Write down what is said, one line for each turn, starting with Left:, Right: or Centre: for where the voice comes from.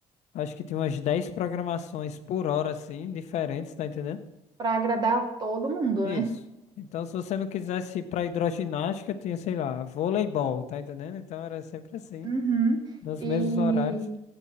Left: acho que tem umas 10 programações por hora, assim, diferentes, tá entendendo?
Right: Para agradar todo mundo,
Left: Isso.
Right: né?
Left: Então, se você não quisesse ir pra hidroginástica, tinha, sei lá, voleibol, tá entendendo? Então era sempre assim,
Right: Uhum.
Left: nos
Right: E
Left: mesmos horários,